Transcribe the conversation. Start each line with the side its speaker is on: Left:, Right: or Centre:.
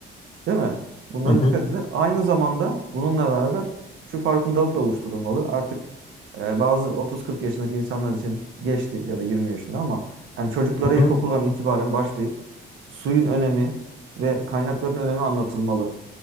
Right: Değil mi? Bunlara
Left: Hı hı.
Right: dikkat eder. Aynı zamanda bununla beraber şu farkındalık da oluşturulmalı. Artık e, bazı 30-40 yaşındaki insanlar için geçti ya da 20 yaşında ama yani çocuklara
Left: Hı
Right: ilkokuldan
Left: hı.
Right: itibaren başlayıp suyun önemi ve kaynakların önemi anlatılmalı.